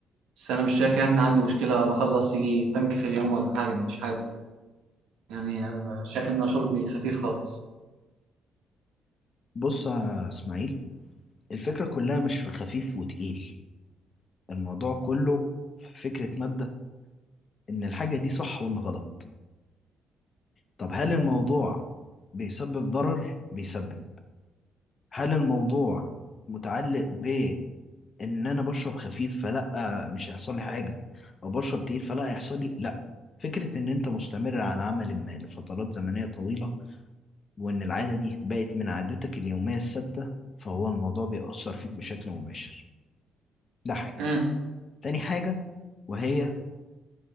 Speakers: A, on the right; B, on the left.
A: بس انا مش شايف يعني ان عندي مشكلة بخلص يجي تانك في اليوم ولا حاجة دي مش حاجة يعني آه، شايف ان أنا شربي خفيف خالص
B: بص يا اسماعيل الفكره كلها مش في خفيف وتقيل الموضوع كله في فكره مبدأ ان الحاجه دي صح ولا غلط طب هل الموضوع بيسبب ضرر؟ بيسبب هل الموضوع متعلق بإن أنا بشرب خفيف فلأ مش هيحصل لي حاجة أو بشرب تقيل فلأ هيحصل لي؟ لأ فكرة إن أنت مستمر على عمل ما لفترات زمنية طويلة وإن العادة دي بقت من عادتك اليومية الثابتة فهو الموضوع بيأثر فيك بشكل مباشر ده حاجة
A: امم
B: تاني حاجة وهي